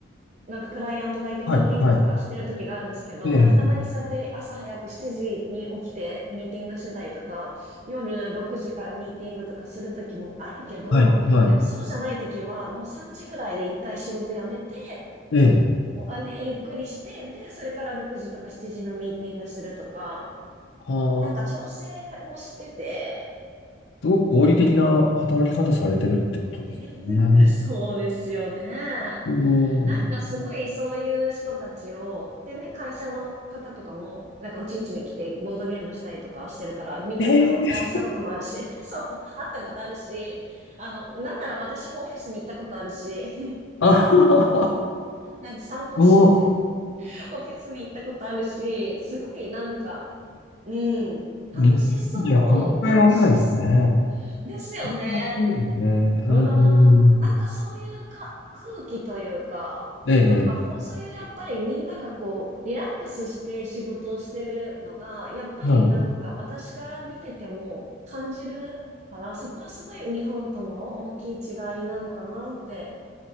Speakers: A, on the right; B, on the left.
A: なんかクライアントがいてミーティングとかしてる時があるんですけど、
B: はい、はい、ええ、
A: なんかたまにそうやって朝早く7時に起きてミーティングしてたりとか、夜6時からミーティングとかする時もあるけど、
B: はい、はい、
A: でもそうじゃない時はもう3時ぐらいで一回仕事辞めて、
B: ええ、
A: おあで、ゆっくりして、で、それから6時とか7時のミーティングするとか、
B: はあ、
A: なんか調整もしてて、
B: すごく合理的な働き方されてるってことですね。
A: <laughs> そうですよね。な
B: うん。
A: んかすごいそういう人たちを、でね、会社の方とかも、なんかうちんちに来てボードゲームしたりとかしてるから、見た、
B: ええ、
A: あの、お会いしたこともあるし、<laughs> そう、会ったことあるし、あの、なんなら私もオフィスに行ったことあるし、
B: <laughs> あはは、
A: <laughs> なんか散歩してて、
B: お、
A: <laughs> オフィスに行ったことあるし、すごいなんか、うん。楽しそう。
B: に、いや、考えられないですね。
A: 楽しそう。ですよね。
B: 考えられないですね。うん。
A: うーん。なんかそういうか、空気というか、
B: え
A: なんかほん、そういうやっぱりみんながこう、リラックスして仕事をしてるのが、やっぱりなんか私から見てても感じるから、
B: え、は
A: そこはすごい日本との大きい違いなのかなって